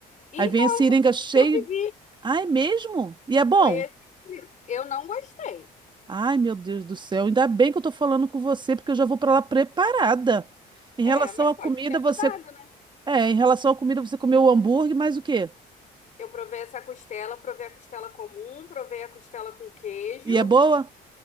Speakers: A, on the left; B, on the right.
A: Então,
B: Aí vem a seringa
A: foi esse
B: cheio.
A: que eu pedi.
B: Ai, mesmo? E é bom?
A: Foi esse que eu pedi. Eu não gostei.
B: Ai, meu Deus do céu. Ainda bem que eu tô falando com você, porque eu já vou para lá preparada. Em
A: É,
B: relação
A: mas
B: à
A: pode
B: comida,
A: ter mudado,
B: você...
A: né?
B: É, em relação à comida, você comeu o hambúrguer, mas o quê?
A: Eu provei essa costela, provei a costela comum, provei a costela com queijo.
B: E é boa?